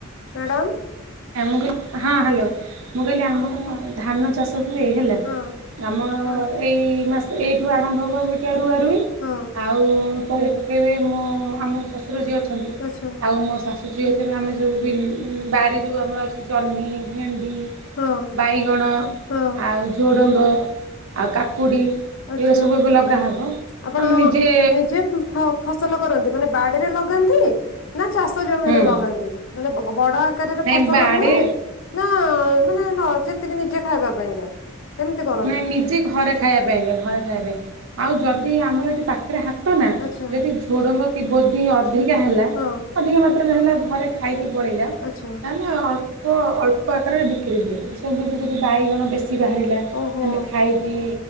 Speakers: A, on the left; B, on the right.
A: ମ୍ୟାଡ଼ାମ
B: ମୁଁ କହିଲି ହଁ ହ୍ୟାଲୋ ମୁଁ କହିଲି ଆମର ଧାନ ଚାଷ ତ ହୁଏ ହେଲା
A: ହଁ
B: ଆମର ଏଇ ମାସ ଏଇଠୁ ଆରମ୍ଭ ହେବ ରୁଆ ରୁଇ
A: ହଁ
B: ଆଉ ତଳି ପକେଇ ମୁଁ ଆମ ଶ ଶଶୁର ଯିଏ ଅଛନ୍ତି
A: ଆଚ୍ଛା
B: ଆଉ ମୋ ଶାଶୁ ଯିଏ ଆମେ ସବୁ ବି ବାରି ତମର ଅଛି ଝନି ଭେର୍ଣ୍ଡି
A: ହଁ
B: ବାଇଗଣ
A: ହଁ
B: ଆଉ ଝୁଡ଼ଙ୍ଗ ଆଉ କାକୁଡ଼ି
A: ଆଚ୍ଛା
B: ଏଇରା ସବୁ ଏବେ ଲଗା ହବ
A: ଆପଣ
B: ଆମେ ନିଜେ
A: ନିଜେ ଫ ଫସଲ କରନ୍ତି ମାନେ ବାଡିରେ ଲଗ ଲଗାନ୍ତି ନା ଚାଷ ଜମିରେ
B: ହୁଁ
A: ଲଗାନ୍ତି ମାନେ ବ ବ ବଡ ଆକାରରେ
B: ନାଇଁ
A: ଫସଲ
B: ବାଡ଼ି
A: ହୁଏ। ନା ମାନେ ନ ଯେତିକି ନିଜେ ଖାଇବା ପାଇଁକା। କେମିତି କରନ୍ତି
B: ନାଇଁ ନିଜେ ଘରେ ଖାଇବା ପାଇଁକା ଘରେ ଖାଇବା ପାଇଁ ଆଉ ଯଦି ଆମର ଏଠି ପାଖେରେ ହା ତ ନା
A: ଆଚ୍ଛା
B: ଯଦି ଝୋଡ଼ଙ୍ଗ କି ବୋଧି ଅଧିକା ହେଲା
A: ହଁ
B: ଅଧିକା ମା ପ ହେଲା ଘରେ ଖାଇକି ପଳେଇଲା ତାହେନେ
A: ଆଚ୍ଛା
B: ଅଳ୍ ପ ଅଳ୍ପ ଆକାରରେ ବିକ୍ରି ହୁଏ ସେମିତି ଯଦି ବାଇଗଣ ବେଶୀ ବାହାରିଲା
A: ଓହୋ
B: ଆମେ ଖାଇ କି